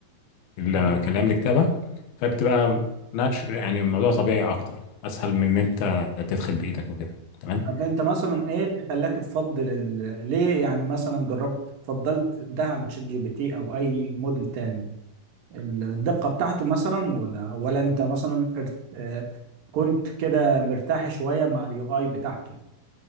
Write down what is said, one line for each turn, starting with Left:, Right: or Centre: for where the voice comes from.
Left: ال-
Right: ده
Left: الكلام لكتابه فبتبقى ناتش يعني الموضوع طبيعي اكتر اسهل من ان انت تدخل بايدك وكده تمام
Right: طب انت مثلا ايه اللي خلاك تفضل ال... ليه يعني مثلا جربت فضلت ده عن شات جي بي تي او اي موديل تاني الدقة بتاعته مثلا ولا ولا انت مثلا ارت... آه، كنت كده مرتاح شوية مع اليو اي بتاعته